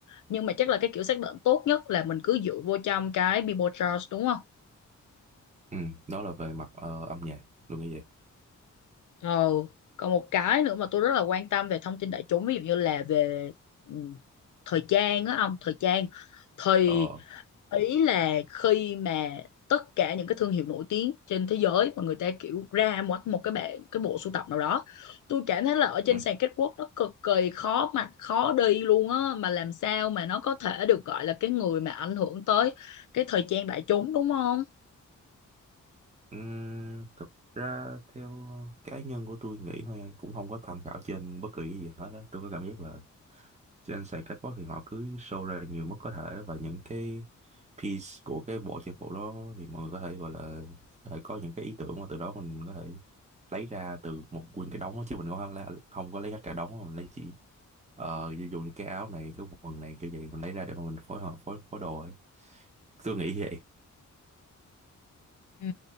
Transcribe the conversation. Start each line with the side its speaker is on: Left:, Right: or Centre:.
Left: Nhưng mà chắc là cái kiểu xác định tốt nhất là mình cứ dựa vô trong cái Billboard Charts đúng không?
Right: ừ đó là về mặt ờ, âm nhạc tôi nghĩ vậy
Left: Ờ, còn một cái nữa mà tôi rất là quan tâm về thông tin đại chúng ví dụ như là về ừ, thời trang á ông thời trang thì
Right: ờ
Left: ý là khi mà tất cả những cái thương hiệu nổi tiếng trên thế giới mà người ta kiểu ra một một cái bạn cái bộ sưu tập nào đó tôi cảm thấy là ở trên
Right: ừ.
Left: sàn catwalk nó cực kỳ khó mặc khó đi luôn á mà làm sao mà nó có thể được gọi là cái người mà ảnh hưởng tới cái thời trang đại chúng đúng không
Right: Uhm, thực ra theo cá nhân của tôi nghĩ thôi cũng không có tham khảo trên bất kỳ cái gì hết đó. Tôi có cảm giác là trên sàn catwalk thì họ cứ show ra nhiều mức có thể và những cái piece của cái bộ trang phục đó thì mọi người có thể gọi là có thể có những cái ý tưởng mà từ đó mình có thể lấy ra từ một nguyên cái đống đó, chứ mình không, la- không có lấy hết cả đống mà mình lấy chỉ ờ ví dụ như cái áo này cái quần này kiểu vậy mình lấy ra để mà mình phối hợp phối phối đồ ấy. Tôi nghĩ vậy
Left: Ừ.